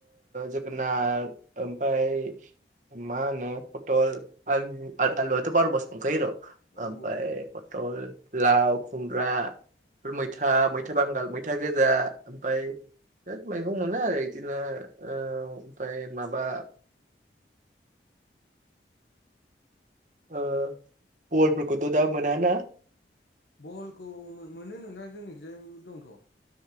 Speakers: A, on the right; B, on the left.
A: जोगोनार ओमफफ्राय मा होन पटल आलु आलुआाथ' बार मास मोनखायो र
B: औ
A: ओमफफ्राय
B: नोंथां
A: पटल लाव खुमब्रा बे मैथा मैथा बांगाल मैथा गोजा ओमफ्राय बिराद मैगं मोनो आरो इदिनो ओ ओमफ्राय माबा ओ बहलफोरखौथ' दा मोनाना?
B: बहलखौ मो-मोनो नोंथां जोंनिखिजाय दंथ'